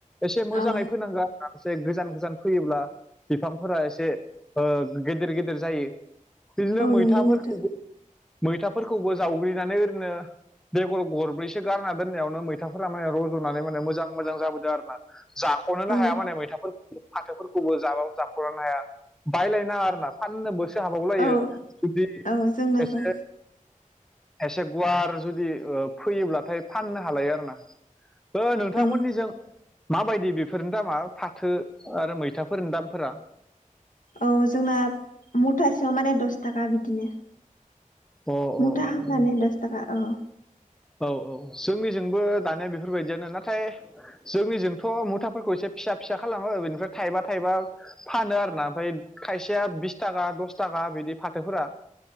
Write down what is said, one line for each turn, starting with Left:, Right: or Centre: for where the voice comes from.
Centre: एसे मोजाङै
Left: औ
Centre: फोनांगोन माखासे गोजान गोजान फैयोब्ला बिफांफोरा एसे ओ गेदेर गेदेर जायो। बिदिनो
Left: औ
Centre: मैथाफोरखौबो
Left: नंगौ नोंथां
Centre: मैथाफोरखौबो जावग्लिनानै ओरैनो बेगर गरब्रैसो गारना दोननायावनो मैथाफोरा माने रज'नानै माने मोजां मोजां जाबोदों आर ना। जाख'नोनो
Left: औ
Centre: हाया माने मैथाफोर फाथोफोरखौबो जाबाब जाख'नो हाया बायलायनाङा आर ना फाननो बोसोर हाबावलायो
Left: औ
Centre: जुदि
Left: औ जोंनाबो
Centre: एसे एसे गुवार जुदि फैयोब्लाथाय फाननो हालायो आरोना। ओ नोंथांमोननिजों
Left: औ
Centre: माबायदि बेफोरनि दामा फाथो आरो मैथाफोरनि दामफोरा
Left: औ जोंना मुथासेयाव माने दस थाखा बिदिनो।
Centre: अ अ
Left: मुथा
Centre: अ
Left: हामनानै दस थाखा अ।
Centre: औ औ जोंनिजोंबो दानिया बेफोरबायदियानो नाथाय जोंनिजोंथ' मुथाफोरखौ एसे फिसा फिसा खालामो बेनिफ्राय थाइबा थाइबा फानो आरोना ओमफ्राय खायसेया बिस थाखा दस थाखा बिदि फाथोफोरा।